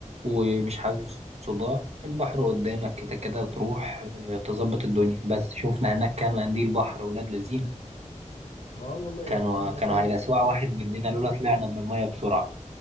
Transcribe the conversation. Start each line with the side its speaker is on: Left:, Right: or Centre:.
Right: ومش حابب صداع البحر قدامك كده كده تروح اه، تظبط الدنيا بس شفنا هناك كام قنديل بحر ولاد لذينة
Left: ما هو والله
Right: كانوا
Left: يعني أنا
Right: كانوا
Left: مثلا
Right: هيلسعوا واحد مننا لولا طلعنا من المية بسرعة